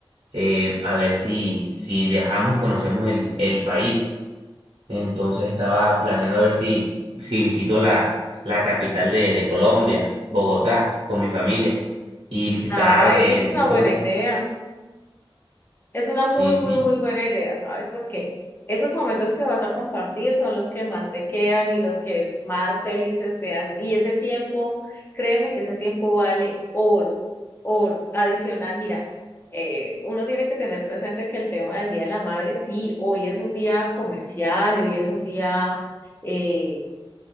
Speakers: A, on the right (about 80°); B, on the left (about 25°).
A: eh, a ver si, si viajamos y conocemos el, el país. Entonces estaba planeando a ver si, si visito la, la capital de, de Colombia, Bogotá, con mi familia y visitar
B: Ah, eso
A: eh,
B: es
A: distintos...
B: una buena idea. Es una
A: Sí,
B: muy, muy,
A: sí,
B: muy buena idea, ¿sabes? Porque esos momentos que vas a compartir son los que más te quedan y los que más felices te hacen. Y ese tiempo, créeme que ese tiempo vale oro, oro. Adicional, mira, eh, uno tiene que tener presente que el tema del Día de la Madre, sí, hoy es un día comercial y hoy es un día, eh,